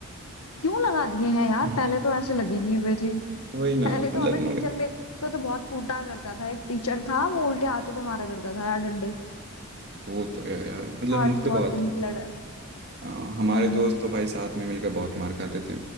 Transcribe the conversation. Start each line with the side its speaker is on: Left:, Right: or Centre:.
Left: क्यों लगा दिए हैं यार
Right: <laughs>
Left: पहले तो ऐसे लगे नहीं हुए थे
Right: वही ना
Left: पहले
Right: मतलब
Left: तो हमें टीचर
Right: मगर
Left: मेरे को तो बहुत कूटा करता था एक टीचर था वो उल्टे हाथों पे मारा करता था यार डंडे
Right: वो तो है यार मतलब
Left: हमारे
Right: हम लोग
Left: तो
Right: तो
Left: बहुत
Right: बहुत
Left: गंदी लड़ा मतलब
Right: आ, हमारे
Left: हम्म
Right: दोस्त तो भाई साथ में मिलकर बहुत मार खाते थे